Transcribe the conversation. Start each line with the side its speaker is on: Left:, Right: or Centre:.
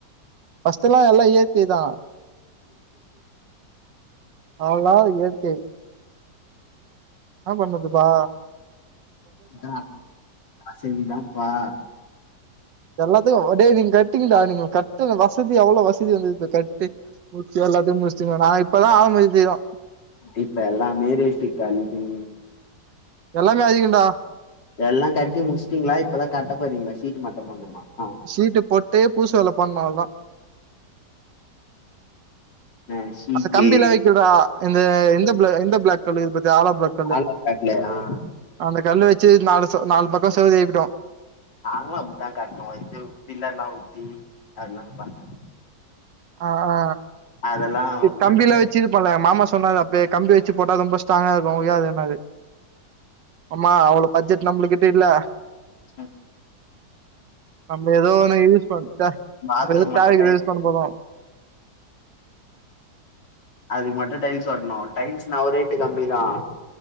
Right: ஃபஸ்ட்டு எல்லா இயற்கைதா அவ்ளதா இயற்கை என்னா பண்ணதுப்பா
Left: ஆ வசதிதான்ப்பா
Right: எல்லாத்துக்கு ஒடே நீங்க கட்டுங்கா நீங்க கட்ட வசதி அவ்ள வசதி வந்த கட்டி முக்கி எல்லாத்தியு முஸ்டிங்கோ நா இப்பதா ஆரம் முக்கிறோ
Left: இப்ப எல்லாமே ரேட்டு கல்வி
Right: எல்லாமே அதிகன்டா
Left: எல்லா கட்டி முடிச்சுட்டீங்ளா இப்பதா கட்ட போறீங்களா சீட்டு மட்டு போண்ணுமா அ
Right: சீட்டு போட்டு பூசு வேல பண்ணு அவ்ளதா
Left: ஆ ஷீட்டு
Right: அந்த கம்பிலா வக்கூடா இந்த இந்த ப்ளா இந்த ப்ளாக் கல்ல இது பாத்தியா ஆளாபிளாக் ப்ளாக்
Left: ஆளாபிளாக்குலய ஆ
Right: அந்த கல்லு வச்சு நாலு நாலு பக்க செவுரு எழுப்பிட்டோ
Left: நாங்களு அப்டித்தா கட்ணு இது பில்லர் எல்லா ஊத்தி அததா பண்
Right: ஆ ஆ
Left: அதெல்லா ரொம்ப
Right: கம்பிலா
Left: ரேட்டா
Right: வச்சு ப்பால மாமா சொன்னாரு அப்பவே கம்பி வச்சு போட்டா ரொம்ப ஸ்ட்ராங்கா இருக்கு உயாது என்னது ஆமா அவ்ளோ பட்ஜெட் நம்ள கிட்ட இல்ல
Left: ம்
Right: நம்ம ஏதோ ஒன்ன யூஸ் பண்ணட்டா
Left: பாத்ரூம்
Right: நம்ம ஏதோ
Left: மட்டு
Right: தேவைவிக்கி
Left: டைல்ஸ்
Right: யூஸ் பண்ண போறோ
Left: அதுக்கு மட்டும் டைல்ஸ் ஒட்டணு டைல்ஸ் நா ரேட்டு கம்மிதா